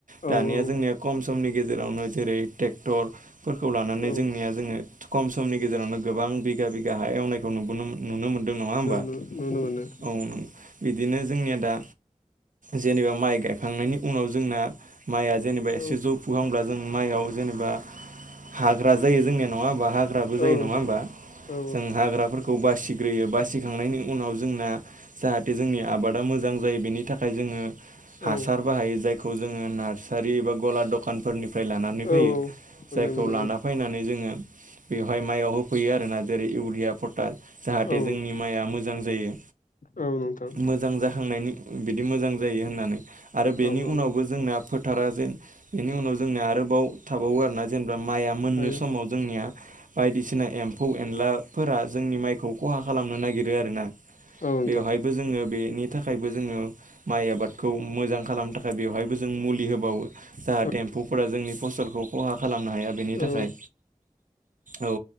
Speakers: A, on the left; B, on the right.
A: औ
B: दानिया
A: औ
B: जोंनिया खम समनि गेजेरावनो जेरै ट्रेक्टरफोरखौ लानानै
A: औ
B: जोंनिया जोंङो कम समनि गेजेरावनो गोबां बिगा बिगा हा एवनायखौ नुबोनो नुनो मोनो नङा होमबा
A: नु नुनो मोनो
B: औ नं बिदिनो जोंनिया दा जेनेबा माइ गायखांनायनि उनाव जोंना माइया जेनेबा
A: औ
B: एसे जौफुहांब्ला जों माइआव जेनेबा हाग्रा जायो जोंनिया नङा होमबा हा ग्राबो जायो
A: औ नोंथां
B: नङा होमबा?
A: औ
B: जों हाग्राफोरखौ बासिग्रोयो बासि थिखांनायनि उनाव जोंना जाहाथे जोंनि आबादा मोजां जायो बेनि थाखाय जोंङो हासार
A: औ
B: बाहायो जायखौ जोङो नार्सारि बा गला दखानफोरनि फ्राय लानानै
A: औ
B: फैयो
A: मोनो
B: जायखौ
A: मोनो
B: लाना बायनानै जोंङो बेयावहाय माइयाव होफैयो आरोना जेरै इउिया पता जाहाथे
A: औ
B: जोंनि माइया मोजां जायो
A: औ नोंथां
B: मोजां जाखांनायनि बिदि मोजां जायो होननानै आरो बेनि
A: औ औ
B: उनावबो जोंना फोथारा जेन बेनि उनाव जोंनिया आरोबाव थाबावो आरोना जेनेबा माइआ मोननो
A: थायो
B: समाव जोंनिया बायदिसिना एम्फौ एनलाफोरा जोंनि माइखौ खहा खालामनो नागिरो आरोना
A: औ नोंथां
B: बेवहायबो जोङो बेनि थाखायबो जोङो माइ आबादखौ मोजां खालामनो थाखाय बेवहायबो जों मुलि होबावो जाहाथे
A: औ
B: एम्फौफोरा जोंनि फसलखौ खहा खालामनो हाया बेनि थाखाय
A: औ
B: औ,